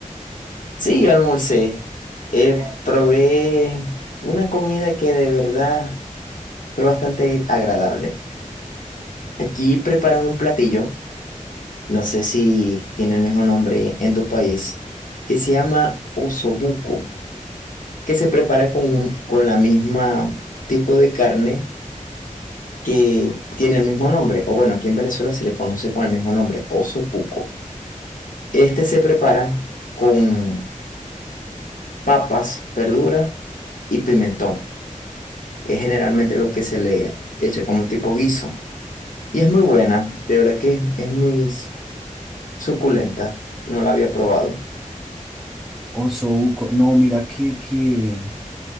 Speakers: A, on the left (about 75°); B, in the centre.
A: Sí, yo almorcé. Eh, probé una comida que de verdad fue bastante agradable. Aquí preparan un platillo, no sé si tiene el mismo nombre en tu país, que se llama osobuco, que se prepara con, un- con la misma tipo de carne que tiene el mismo nombre, o bueno, aquí en Venezuela se le conoce con el mismo nombre, osobuco. Este se prepara con papas, verduras y pimentón. Es generalmente lo que se le echa como tipo guiso. Y es muy buena, de verdad que es, es muy s- suculenta. No la había probado.
B: Osobuco, no, mira que, que